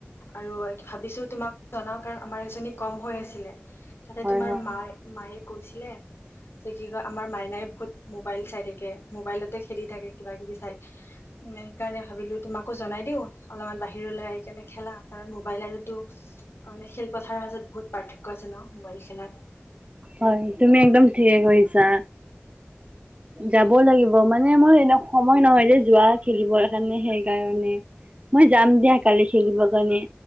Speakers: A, on the left; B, on the right.
A: আৰু ভাবিছোঁ তোমাক জনাওক কাৰণ আমাৰ এজনী কম হয় আছিলে। তাতে
B: হয়
A: তোমাৰ
B: হয়
A: মাঁ মায়েঁ কৈছিলে যে কি কয় আমাৰ মাইনাই বহুত মোবাইল চাই থাকে মোবাইলতে খেলি থাকে কিবা কিবি চাই সেইকাৰণে ভাবিলোঁ তোমাকো জনাই দিওঁ অলপমান বাহিৰলৈ আহি কেনে খেলা কাৰণ মোবাইল আৰু তো মানে খেল পথাৰৰ মাজত বহুত পাৰ্থক্য আছে ন মোবাইল খেলাত
B: হয় তুমি একদম ঠিকে কৰিছা।
A: <unintelligible>
B: যাব লাগিব মানে মোৰ এনে সময় নহয় যে যোৱা খেলিবৰ কাৰণে সেইকাৰণে মই যাম দিয়া কালি খেলিবৰ কাৰণে।